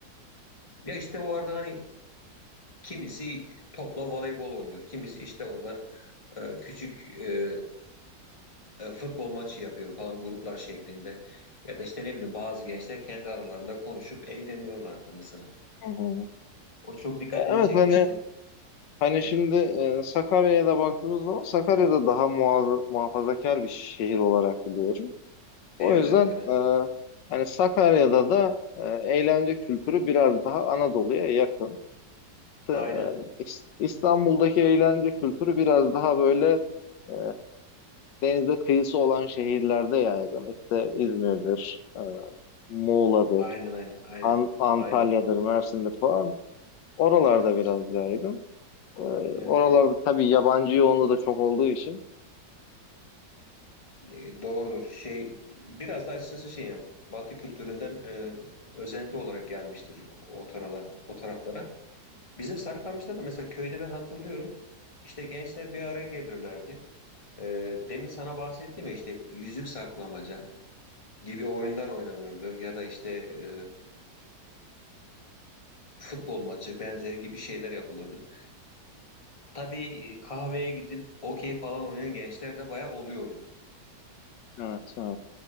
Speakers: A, on the left (about 20°); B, on the left (about 80°).
A: Ya işte o arada hani kimisi topla voleybol oynuyor. Kimisi işte orada e, küçük e, e, futbol maçı yapıyor falan gruplar şeklinde. Ya da işte ne bileyim bazı gençler kendi aralarında konuşup eğleniyorlardı mesela.
B: Hı hı.
A: O çok dikkatimi
B: Ya evet
A: çekmişti.
B: hani hani şimdi e, Sakarya'ya da baktığımız zaman Sakarya'da daha muhaz- muhafazakar bir şehir olarak biliyorum. O
A: Evet
B: yüzden
A: evet öyle.
B: e, hani Sakarya'da da e, eğlence kültürü biraz daha Anadolu'ya yakın. E,
A: Aynen.
B: İs- İstanbul'daki eğlence kültürü biraz daha böyle e, denize kıyısı olan şehirlerde yaygın. İşte İzmir'dir, e, Muğla'dır,
A: Aynen aynen aynen.
B: An Antalya'dır,
A: Aynen.
B: Mersin'dir falan. Oralarda
A: Evet,
B: biraz yaygın. E,
A: evet.
B: oralarda tabii yabancı yoğunluğu da çok olduğu için.
A: E, doğrudur. Şey biraz da açıkçası şey yani Batı kültüründen e, özenti olarak gelmiştir o tarala, o taraflara. Bizim Sarıkamış'ta da mesela köyde ben hatırlıyorum. işte gençler bir araya gelirlerdi. E, demin sana bahsettiğim ya işte yüzük saklamaca gibi oyunlar oynanırdı ya da işte e, futbol maçı benzeri gibi şeyler yapılırdı. Tabii e, kahveye gidip okey falan oynayan gençler de bayağı oluyordu.
B: Evet,